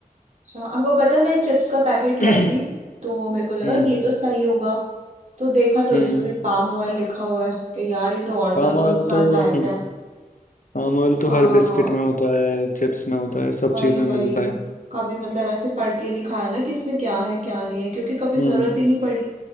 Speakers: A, on the right; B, on the left.
A: अच्छा आपको पता है मैं चिप्स का पैकेट लाई
B: <clears throat>
A: थी तो मेरे को लगा
B: हम्म
A: ये तो सही होगा तो देखा तो
B: हम्म
A: इस पे भी पाम ऑयल लिखा हुआ है कि यार ये तो और
B: पाम
A: ज्यादा
B: ऑयल
A: नुकसानदायक
B: तो हम्म
A: है
B: पाम ऑयल
A: हाँ
B: तो हर बिस्किट में होता है चिप्स में होता है सब
A: भाई
B: चीज में
A: भाई
B: मिलता है
A: कभी मतलब ऐसे पढ़ के नहीं खाया ना कि इसमें क्या है क्या नहीं है क्योंकि कभी
B: हम्म
A: जरूरत ही नहीं पड़ी